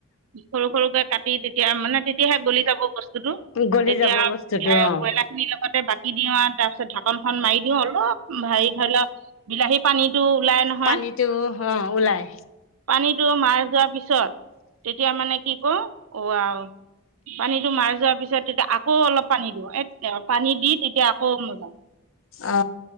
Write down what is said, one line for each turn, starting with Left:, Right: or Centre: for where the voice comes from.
Right: সৰু সৰুকে কাটি তেতিয়া মানে তেতিয়াহে গলি যাব বস্তুতটো।
Left: গলি
Right: তেতিয়া
Left: যাব বস্তুটো অ
Right: কয়লা, লগতে বাকি দিওঁ আৰু তাৰপিছত ঢাকনখন মাৰি দিওঁ অলপ হেৰি ধৰি লওক, বিলাহী পানীটো ওলাই নহয়।
Left: পানীটো অ ওলাই
Right: পানীতটো মাৰ যোৱাৰ পিছত তেতিয়া মানে কি কো আৰু পানীতটো মাৰি যোৱাৰ পিছত তেতিয়া আকৌ অলপ পানী দিওঁ এ, পানী দি তেতিয়া আকৌ মজা,
Left: অ